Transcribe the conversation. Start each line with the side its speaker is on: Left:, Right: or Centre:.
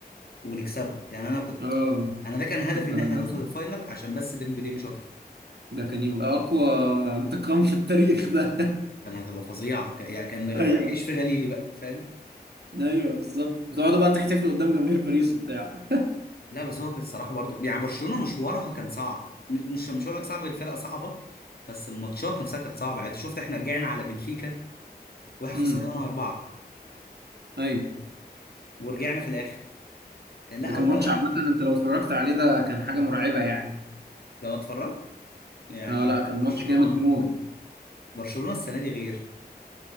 Left: ونكسبه يعني انا كنت
Right: اه
Left: انا ده كان هدفي
Right: طب
Left: ان احنا نوصل الفاينل عشان بس ديمبلي مش اكتر
Right: ده كان يبقى اقوى انتقام في التاريخ ده
Left: كان هتبقى فظيعه ك- يعني كان
Right: <laughs> ايوه
Left: ايش في غليلي بقى فاهم
Right: ايوه بالظبط بتقعدوا بقى تحتفلوا قدام جماهير باريس وبتاع
Left: لا بس هو كان الصراحه برضو يعني برشلونه مشوارها كان صعب م- مش مش هقول لك صعب الفرق صعبه بس الماتشات نفسها كانت صعبه يعني أنت شفت احنا رجعنا على بنفيكا واحنا
Right: امم
Left: خسرنا 4
Right: ايوه
Left: ورجعنا في الاخر لا
Right: ده كان
Left: هو
Right: ماتش عامه انت لو اتفرجت عليه ده كان حاجه مرعبه يعني
Left: ده ما اتفرجت يعني
Right: اه لا كان
Left: برشلونه
Right: ماتش جامد موت
Left: برشلونه السنه دي غير